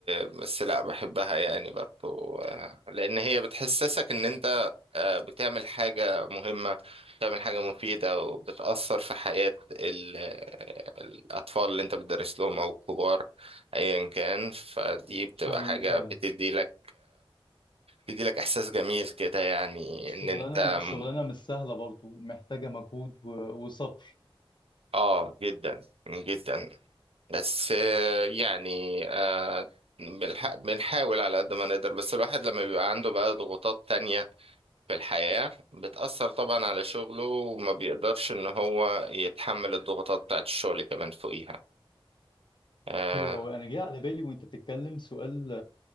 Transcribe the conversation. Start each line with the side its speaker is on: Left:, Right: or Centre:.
Right: بس لا بحبها يعني برضو آه، لأن هي بتحسسك إن أنت آه، بتعمل حاجة مهمة بتعمل حاجة مفيدة وبتأثر في حياة ال- الأطفال اللي أنت بتدرس لهم أو الكبار أيا كان فدي بتبقى
Left: حقيقي
Right: حاجة
Left: فعلا
Right: بتدي لك بتدي لك إحساس جميل كده يعني
Left: شغلانه
Right: إن أنت
Left: شغلانه
Right: م-
Left: مش سهله برضو محتاجه مجهود و... وصبر
Right: آه جدا جدا بس آه، يعني آه، بالح- بنحاول على قد ما نقدر بس الواحد لما بيبقى عنده بقى ضغوطات تانية في الحياة بتأثر طبعا على شغله وما بيقدرش ان هو يتحمل الضغوطات بتاعت الشغل كمان فوقيها آه.
Left: حلو قوي انا جاي على بالي وانت بتتكلم سؤال